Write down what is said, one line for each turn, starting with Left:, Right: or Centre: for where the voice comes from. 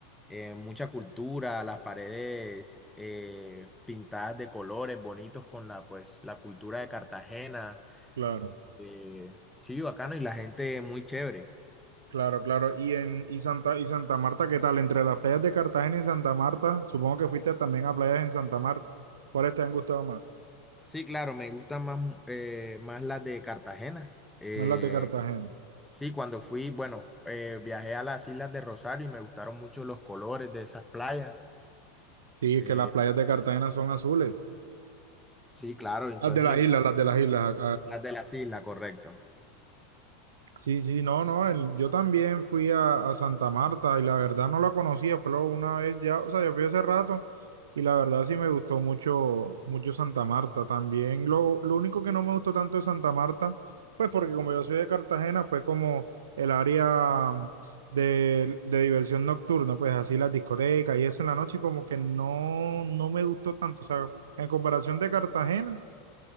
Centre: eh, mucha cultura, las paredes eh, pintadas de colores bonitos con la, pues, la cultura de Cartagena.
Right: claro.
Centre: Eh, sí, bacano, y la gente muy chévere.
Right: Claro, claro. Y en y Santa y Santa Marta, ¿qué tal? Entre las playas de Cartagena y Santa Marta, supongo que fuiste también a playas en Santa Marta. ¿Cuáles te han gustado más?
Centre: Sí, claro, me gustan más, eh, más las de Cartagena. Eh,
Right: No las de Cartagena.
Centre: sí, cuando fui, bueno, eh, viajé a las Islas de Rosario y me gustaron mucho los colores de esas playas.
Right: Sí,
Centre: Eh,
Right: que las playas de Cartagena son azules.
Centre: sí, claro, entonces
Right: Las de las
Centre: me encantan
Right: islas, las de las islas.
Centre: las de las islas, correcto.
Right: Sí, sí, no, no, el- yo también fui a, a Santa Marta y la verdad no la conocía, fue lo- una vez ya, o sea, yo fui hace rato y la verdad sí me gustó mucho, mucho Santa Marta. También lo, lo único que no me gustó tanto de Santa Marta, pues porque como yo soy de Cartagena, fue como el área mm, de, de diversión nocturna, pues así las discotecas y eso en la noche como que no, no me gustó tanto, o sea, en comparación de Cartagena.